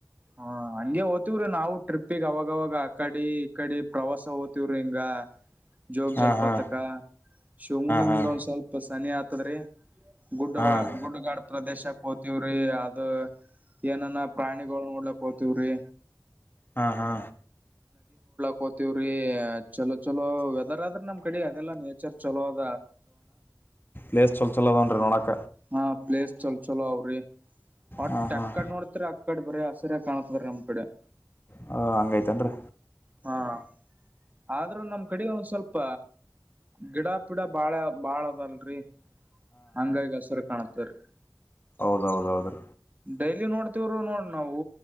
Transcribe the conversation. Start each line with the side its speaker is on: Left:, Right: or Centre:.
Right: ಹ ಹಗೆ ಓ್ತವ್ರಿ ನಾವು ಟ್ರಿಪ್ಪಿಗ್ ಅವಾಗವಾಗ ಆ ಕಡೆ ಈ ಕಡಿ ಪ್ರವಾಸ ಓ್ತಿವ್ರಿ ಹಿಂಗ ಜೋಗ
Left: ಹಾಂ
Right: ಜಲಪಾತಕ
Left: ಹಾಂ
Right: ಶಿವಮಗ್ನಿಂದ
Left: ಹಾಂ
Right: ಒಂದ್ ಸ್ವಲ್ಪ ಸನಿ ಹತದ್ರೆ ಗುಡ್ಡ
Left: ಹಾಂ ಹಾಂ
Right: ಪ್ರದೇಶಕ್ಕತಿ ಕೂರಿ ಅದು ಏನನ್ನ ಪ್ರಾಣಿಗಳು ನೋಡ್ಲಕ್ ಹೋಗ್ತವ್ರಿ
Left: ಹಾ ಹಾ
Right: ಕೋತವ್ರೀ ಚಲೋ ಚಲೋ ವೆದರ್ ಆದ್ರೆ ನಮ್ ಕಡೆ ಅದೆಲ್ಲ ನೇಚರ್ ಚಲೋ ಅ
Left: ಲಸ್ ಚಲ ಚಲೋ ಅದನ್ರಿ ನೋಡಕ
Right: ಹಾ ಪ್ಲೇಸ್ ಚಲ ಚಲೋ ಅವ್ರಿ ವಟ್ಟೆ
Left: ಹಾಂ ಹಾಂ
Right: ಎಕ್ಕಡೆ ನೋಡ್ತರಿ ಅಕ್ಕಡೆ ಬ್ರಿ ಹಸಿರ ಕಾಣತ್ ಬ್ರಿ ನಮ ಡ
Left: ಹ ಹಂಗೈತನ್ರಿ
Right: ಹಾ ಆದ್ರೂ ನಮ್ ಕಡೆ ಒಂದ್ ಸ್ವಲ್ಪ ಗಿಡ ಪಿಡ ಬಾಳ ಬಾಳ ಅದಲ್ರಿ ಹಂಗ ಆಗಹಸರ ಕಣುತ್ತರು
Left: ಹೌದೌದೌದು
Right: ಡೈಲಿ ನೋಡ್ತವರು ನೋಡ ನಾವು